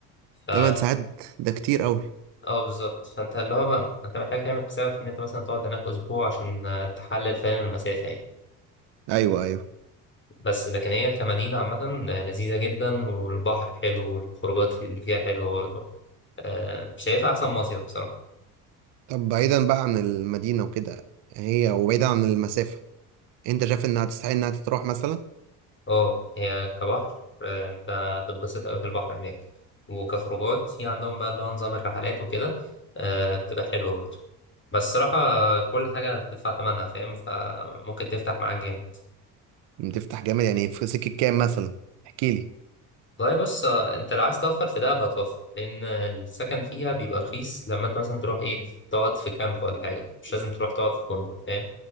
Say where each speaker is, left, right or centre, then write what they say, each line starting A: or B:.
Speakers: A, on the left; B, on the right.
A: ف
B: 8 ساعات ده كتير قوي
A: اه بالظبط فانت اللي هو بقى انت محتاج تعمل حساب ان انت مثلا تقعد هناك اسبوع عشان آه، تحلل فاهم المسافه يعني
B: ايوه ايوه
A: بس لكن هي كمدينه عامه آه، لذيذه جدا والبحر حلو والخروجات في- اللي فيها حلوه برضه آه، شايفها احسن مصيف بصراحه
B: طب بعيدا بقى عن المدينه وكده هي وبعيدا عن المسافه انت شايف انها تستحق انها تتروح مثلا
A: اه هي كبحر آه، انت هتتبسط قوي في البحر هناك وكخروجات في عندهم بقى اللي هو نظام الرحلات وكده آه، بتبقى حلوه برضه بس الصراحه آه، كل حاجه تدفع ثمنها فاهم فممكن تفتح معاك جامد
B: تفتح جامد يعني في سكه كام مثلا احكي لي
A: والله بص آه، انت لو عايز توفر في دهب هتوفر لان السكن فيها بيبقى رخيص لما انت مثلا تروح ايه تقعد في كامب ولا حاجه مش لازم تروح تقعد في فندق فاهم